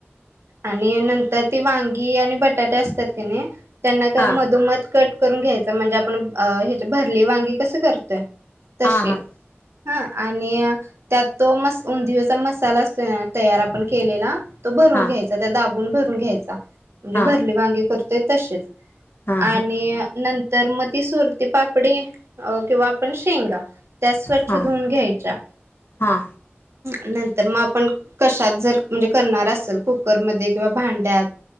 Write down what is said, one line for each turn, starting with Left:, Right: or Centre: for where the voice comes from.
Right: आणि नंतर ते वांगी आणि बटाटे असतात का नाही त्यांना का
Left: हा
Right: मधोमध कट करून घ्यायचं म्हणजे आपण आ भरली वांगी कसं करतय तशे
Left: हा
Right: हा आणि त्यात तो मस, उंदियोचा मसाला असतोय ना तयार आपण केलेला तो भरून
Left: हा
Right: घ्यायचा त्या दाबून भरून घ्यायचा. म्हणजे
Left: हा हा
Right: भरले वांगे करतेत तशेच
Left: हा हा
Right: आणि नंतर मग ती सुरती पापडी अ तेव्हा पण शेंगा त्या स्वच्छ
Left: हा
Right: धुूवून
Left: हा
Right: घ्याच्या.
Left: हा
Right: नंतर मग आपण कशात जर म्हणजे करणार असं सल कुकरमध्ये किंवा भांड्यात